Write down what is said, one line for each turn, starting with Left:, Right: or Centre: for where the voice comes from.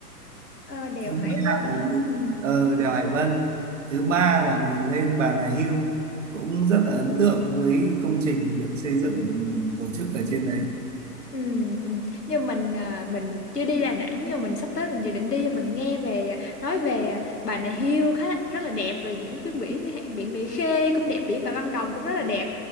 Left: ờ, đèo
Right: thứ
Left: Hải
Right: ba
Left: Vân
Right: là
Left: hả
Right: mình
Left: ừ
Right: ờ đèo Hải Vân thứ ba là mình lên Bà Nà Hưu cũng rất là ấn tượng với công trình được xây dựng ừ, tổ chức ở trên đấy
Left: Ừ, ừ. Nhưng mình à, mình chưa đi Đà Nẵng nhưng mình sắp tới mình dự định đi mình nghe về nói về Bà Nà Hills khá rất là đẹp rồi những cái biển như hạn- biển Mỹ Khê cũng đẹp biển Phạm Văn Đồng cũng rất là đẹp